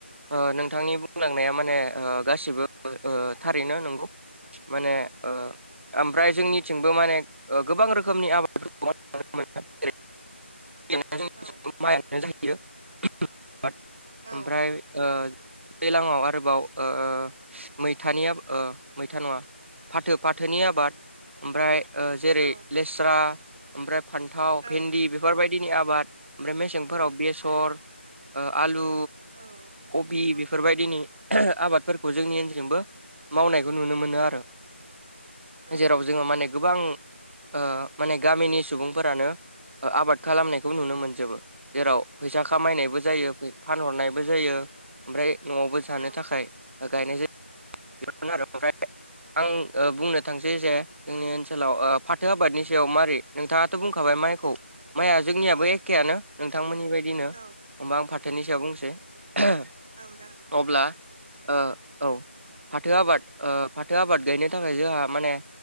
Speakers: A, on the right; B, in the centre.
A: ओ नोंथांनि बुंलांनाया माने ओ गासिबो ओ थारैनो नंगौ माने ओ ओमफ्राय जोंनिथिंबो माने ओ गोबां रोखोमनि आबादफोरखौहाय <unintelligible>
B: औ
A: <unintelligible> माइ आनो जायो <unintelligible>
B: औ
A: आमफ्राय ओ दैलाङआव आरोबाव ओ मैथानि आबा ओ मैथा नङा फाथो फाथोनि आबाद ओमफ्राय ओ जेरै
B: औ
A: लेस्रा ओमफ्राय फान्थाव
B: औ
A: भेन्दि बेफोरबायदिनि आबाद ओमफ्राय मेसेंफोराव बेसर ओ आलु
B: औ
A: कबि
B: औ
A: बेफोरबायदिनि <unintelligible> आबादफोरखौ जोंनि ओनसोलजोंबो मावनायखौ नुनो मोनो आरो
B: औ
A: जेराव जोङो माने गोबां ओ माने गामिनि सुबुंफोरानो ओ आबाद खालामनायखौ नुनो मोनजोबो जेराव फैसा खामायनायबो जायो फानहरनायबो जायो ओमफ्राय न'आवबो
B: औ
A: जानो थाखाय ओ गायनाय जायो आरो <unintelligible> आमफ्राय आं बुंनो थांसै जे जोंनि ओनसोलाव ओ फाथो आबादनि सायाव मारै नोंथाङाथ' बुंखाबाय माइखौ माइआ जोंनियाबो
B: औ
A: एखेआनो नोंथांमोननि बादिनो
B: औ
A: होमबा आं फाथोनि सायाव बुंनोसै <unintelligible>
B: औ जागोन दे
A: अब्ला ओ औ फाथो आबाद ओ फाथो आबाद गायनो थाखाय जोंहा माने